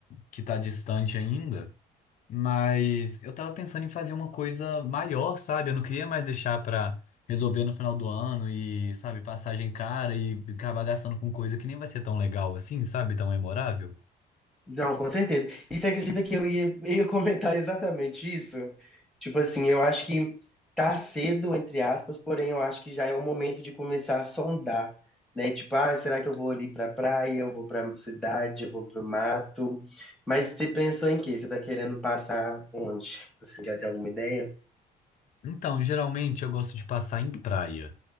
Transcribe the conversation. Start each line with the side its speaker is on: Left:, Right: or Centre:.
Left: que tá distante ainda, mas eu tava pensando em fazer uma coisa maior, sabe? Eu não queria mais deixar pra resolver no final do ano e, sabe, passagem cara e acabar gastando com coisa que nem vai ser tão legal assim, sabe? Tão memorável.
Centre: Não, com certeza. E você acredita que eu ia, <laughs> ia comentar exatamente isso? Tipo assim, eu acho que tá cedo, entre aspas, porém eu acho que já é o momento de começar a sondar, né? Tipo, ah, será que eu vou ali pra praia, eu vou pra cidade, eu vou pro mato? Mas você pensou em quê? Você tá querendo passar onde? Você já tem alguma ideia?
Left: Então, geralmente eu gosto de passar em praia.